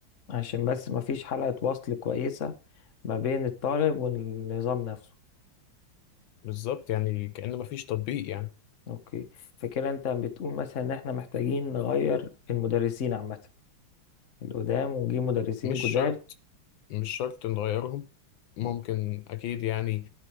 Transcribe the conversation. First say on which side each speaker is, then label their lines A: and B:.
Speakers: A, on the left (about 40°); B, on the left (about 75°).
A: عشان بس مفيش حلقة وصل كويسة ما بين الطالب والنظام نفسه
B: بالظبط يعني كأن مفيش تطبيق يعني
A: اوكي فكده انت بتقول مثلا ان احنا محتاجين نغير المدرسين عامة القدام ونجيب مدرسين
B: مش
A: جداد
B: شرط مش شرط نغيرهم ممكن
A: اوكي
B: أكيد يعني